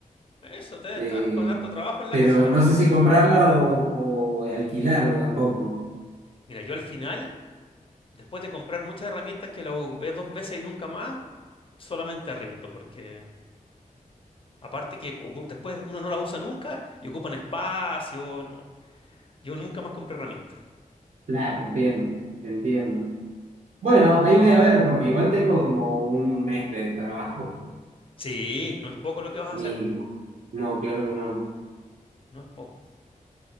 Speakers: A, on the left; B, on the right.
A: Eso, te
B: eh,
A: estás con harto trabajo en la
B: pero
A: casa, ah,
B: no
A: muy
B: sé
A: bien.
B: si comprarla o, o alquilarla tampoco.
A: Mira, yo al final, después de comprar muchas herramientas que las ocupé dos veces y nunca más, solamente arriendo, porque aparte que ocu- después uno no las usa nunca y ocupan espacio, no. Yo nunca más compré herramientas.
B: Claro, entiendo, entiendo. Bueno, ahí voy a ver, porque igual tengo como un mes de trabajo
A: Sí, no es poco lo que vas a
B: mínimo.
A: hacer,
B: No, claro que no.
A: no es poco.